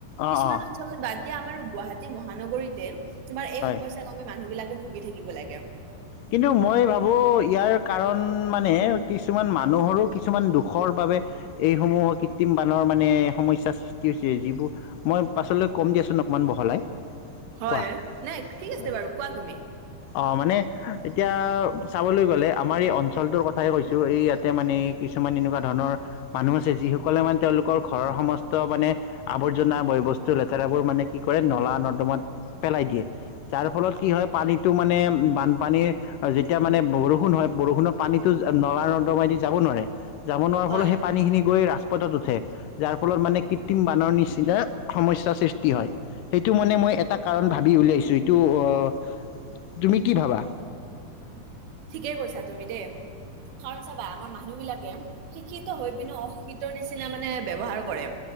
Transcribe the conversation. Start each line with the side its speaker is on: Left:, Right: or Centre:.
Left: অ
Right: কিছুমান
Left: অ
Right: অঞ্চলত বাদ দিয়া আমাৰ গুৱাহাটী মহানগৰীতে, তোমাৰ এই
Left: হয়।
Right: সমস্যা ত মানুহ বিলাকে ভুগি থাকিব লাগে।
Left: কিন্তু মই ভাবো? ইয়াৰ কাৰণ মানে কিছুমান মানুহৰো কিছুমান দুখৰ বাবে এইসমূহ কৃত্ৰিম বানৰ মানে সমস্যাৰ সৃষ্টি হৈছে। যিবোৰ মই পাছলৈ কম দিয়াচোন অকমান বহলাই।
Right: হয়,
Left: কোৱা।
Right: নাই ঠিক আছে
Left: অ
Right: বাৰু কোৱা তুমি?
Left: অ' মানে এতিয়া চাবলৈ গ'লে আমাৰ এই অঞ্চলটোৰ কথাই কৈছোঁ, এই ইয়াতে মানে কিছুমান এনেকুৱা ধৰণৰ মানুহ আছে যিসকলে মানে তেওঁলোকৰ ঘৰৰ সমস্ত মানে আৱৰ্জনা, বয়বস্তু, লেতেৰাবোৰ মানে কি কৰে নলা- নৰ্দমাত পেলাই দিয়ে, যাৰ ফলত কি হয় পানীটো মানে বানপানীৰ আৰু যেতিয়া মানে বৰষুণ হয়, বৰষুণৰ পানীতো নলা- নৰ্দমাই দি যাব নোৱাৰে। যাব নোৱাৰাৰ
Right: হয়
Left: ফলত সেই পানীখিনি গৈ ৰাস্তা পথত উঠে যাৰ ফলত মানে কৃত্ৰিম বানৰ নিচিনা সমস্যাৰ সৃষ্টি হয়। সেইটো মানে মই এটা কাৰণ ভাবি উলিয়াইছো। এইটো আহ তুমি কি ভাবা?
Right: ঠিকেই কৈছা তুমি দেই। কাৰণ চাবা- আমাৰ মানুহ বিলাকে শিক্ষিত হৈ পিনেও অশিক্ষিত ৰ নিচিনা মানে ব্যৱহাৰ কৰে।